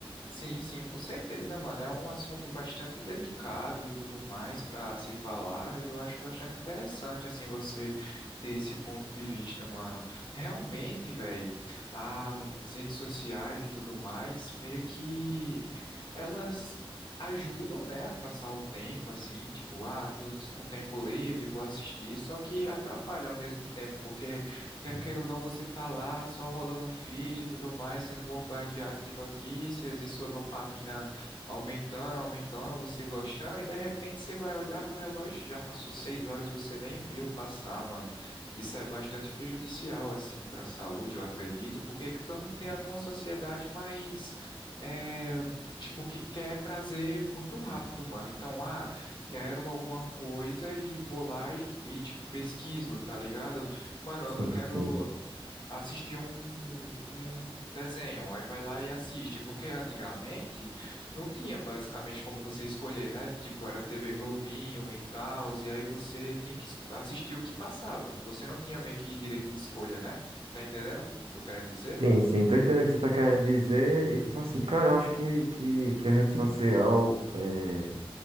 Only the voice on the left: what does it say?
Sim, sim, com certeza, mano. É um assunto bastante delicado e tudo mais pra se falar, e eu acho bastante interessante, assim, você ter esse ponto de vista, mano. Realmente, velho, as redes sociais e tudo mais, meio que elas ajudam, né, a passar o tempo, assim, tipo, ah, tô com tempo livre, vou assistir, só que atrapalha ao mesmo tempo, porque Quer queira ou não, você tá lá só rolando o feed e tudo mais, sendo bombardeado de notícias e sua dopamina aumentando, aumentando, você gostando, e de repente você vai olhar pro relógio, já passou seis horas e você nem viu passar, mano. Isso é bastante prejudicial, assim, para a saúde, eu acredito, porque estamos criando uma sociedade mais, é, tipo, que quer prazer muito rápido, mano. Então, ah, quero alguma coisa e vou lá e, e tipo, pesquiso, tá ligado? Mano,
eu quero
assistir um, um desenho. Aí vai lá e assiste. Porque antigamente não tinha basicamente como você escolher, né? Tipo, era TV Globinho e tal. E aí você tinha que esco- assistir o que passava. Você não tinha meio que direito de escolha, né? Tá entendendo o que eu tô querendo dizer?